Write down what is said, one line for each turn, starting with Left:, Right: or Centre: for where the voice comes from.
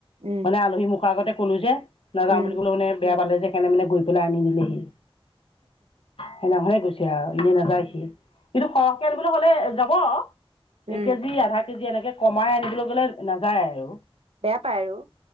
Right: উম
Left: মানে আলহী মুখৰ আগতে কলো যে নাযাাম
Right: উম
Left: বুলি ক'লে মানে বেয়া পালে যে কেনে মেনে গৈ পেলাই আনি দিলেহি সেইদিনাখনে গৈছে আৰু এনে নাযায় সি কিন্তু সৰহকে আনিবলৈ হ'লে যাব
Right: উম
Left: এক কেজি আধা কেজি এনেকে কমাই আনিবলৈ গলে নাযায় আৰু
Right: বেয়া পাই আৰু